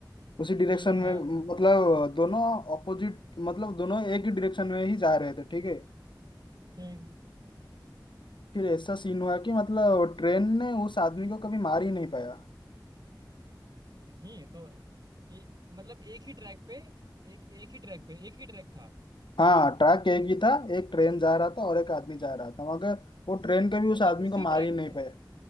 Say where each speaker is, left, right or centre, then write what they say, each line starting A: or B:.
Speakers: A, on the left; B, on the right.
A: उसी डायरेक्शन
B: ठीक
A: में
B: हाँ
A: मतलब दोनों अपोजिट मतलब दोनों एक ही डायरेक्शन में ही जा रहे थे ठीक है
B: ठीक
A: फिर ऐसा सीन हुआ कि मतलब ट्रेन ने उस आदमी को कभी मार ही नहीं पाया
B: नहीं तो ए, मतलब एक ही ट्रैक पे एक एक ही ट्रैक पे एक ही ट्रैक था
A: हाँ ट्रैक एक ही था एक ट्रेन जा रहा था और एक आदमी जा रहा था मगर वो ट्रेन कभी उस
B: मतलब
A: आदमी
B: उसी
A: को मार
B: ट्रैक
A: ही नहीं पाया